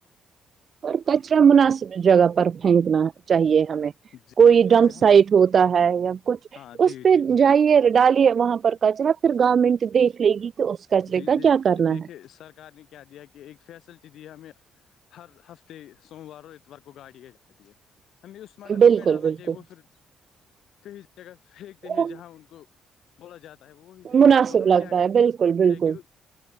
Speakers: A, on the right (about 50°); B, on the left (about 75°).
A: اور کچرا مناسب جگہ پر پھینکنا چاہیے ہمیں
B: جی
A: کوئی
B: جی
A: ڈمپ
B: اگر
A: سائٹ
B: ہم
A: ہوتا ہے یا کچھ
B: ہاں جی
A: اس پہ
B: جی جی
A: جائیے ڈالے وہاں پر ا چلا پھر گارمنٹ دیکھ لے گی تو اس کچرے
B: جی
A: کا
B: دیک
A: کیا کرنا
B: دیکھیے سرکار نے کیا دیا کہ ایک فیسلٹی دیا ہمیں ہر ہفتے سوموار اور اتوار کو گاڑی کی جاتی ہے ہمیں اس
A: ہے بالکل
B: اس میں ڈالنا
A: بالکل
B: چاہیے وہ پھر کہیں جگہ پھینکتے ہیں
A: وہ
B: جہاں ان کو بولا جاتا ہے وہ وہی پھینکتے
A: مناسب
B: ہیں تو ہمیں کیا
A: لگتا
B: کرنا
A: ہے بالکل بالکل
B: چاہ کہ